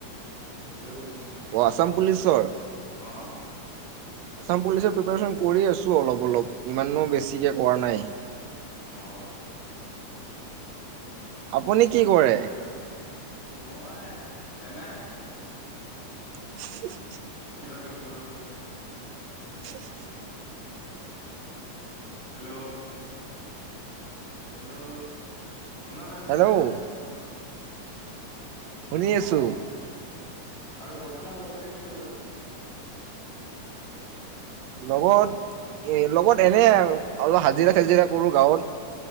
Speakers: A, on the left (about 65°); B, on the right (about 70°).
A: সেইটোহে গৈছো।
B: অ, আছাম পুলিচৰ?
A: অ',
B: আসাম পুলিচৰ প্ৰিপচন কৰি আছো অলপ - অলপ ইমানো বেছিকে কৰা নাই।
A: অ',
B: আপুনি কি কৰে।
A: মই এনে
B: <unintelligible>
A: কিবাকিবি কৰো।
B: <unintelligible>
A: হেল্ল', - হেল্ল', শুনা পায় আছেনে।
B: হেল্ল' শুনি
A: অ
B: আছো।
A: আৰু বৰ্তমান লগতে কি কৰা তুমি?
B: লগত এ লগত এনে অলপ হাজিৰা চাজিৰা কৰো গাৱত।